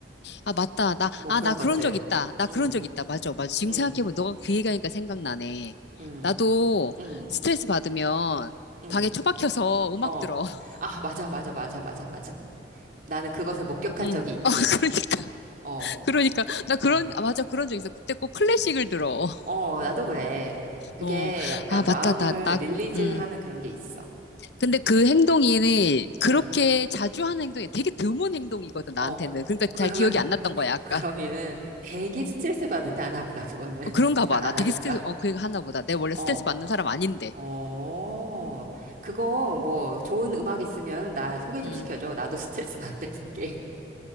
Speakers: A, on the left (about 70°); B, on the right (about 45°).
A: 아, 맞다. 나,
B: 뭐
A: 아,
B: 그런
A: 나
B: 것들.
A: 그런 적 있다. 나
B: 응,
A: 그런 적 있다. 맞아, 맞아. 지금
B: 응,
A: 생각해보면 너가 그 얘기하니까 생각나네.
B: 응,
A: 나도
B: 응,
A: 스트레스 받으면
B: 응.
A: 방에 처박혀서 음악
B: 어.
A: 들어. <laughs>
B: 아, 맞아, 맞아, 맞아, 맞아, 맞아. 나는 그것을 목격한
A: 응.
B: 적이 있지.
A: 아, 그러니까, <laughs>
B: 어,
A: 그러니까. 나 그런,
B: 어.
A: 아, 맞아. 그런 적 있어. 그때 꼭 클래식을 들어. <laughs>
B: 어, 나도 그래. 그게
A: 어.
B: 약간
A: 아,
B: 마음을
A: 맞다. 나, 나,
B: 릴리즈하는
A: 음.
B: 그런 게 있어.
A: 근데 그 행동이 그렇게
B: 응.
A: 자주 하는 행동이 되게 드문 행동이거든, 나한테는.
B: 어, 그,
A: 그러니까
B: 그러면,
A: 잘 기억이
B: <laughs>
A: 안 났던 거야, 아까.
B: 그러면 되게 스트레스 받을 때 하나 보다, 그거는. <laughs>
A: 어, 그런가
B: 잘
A: 봐.
B: 안
A: 나 되게
B: 하니까.
A: 스트레스, 어, 그 얘기 하나 보다. 내가 원래
B: 어.
A: 스트레스 받는 사람 아닌데.
B: 어, 그거 뭐 좋은 음악 있으면 나 소개 좀
A: 음.
B: 시켜줘. 나도 스트레스 받을 때 듣게.